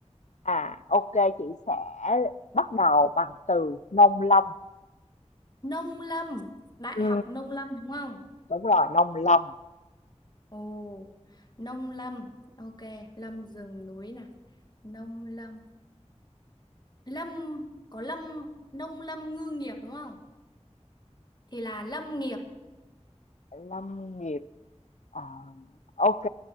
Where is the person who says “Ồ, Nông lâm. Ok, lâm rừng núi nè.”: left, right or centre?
Left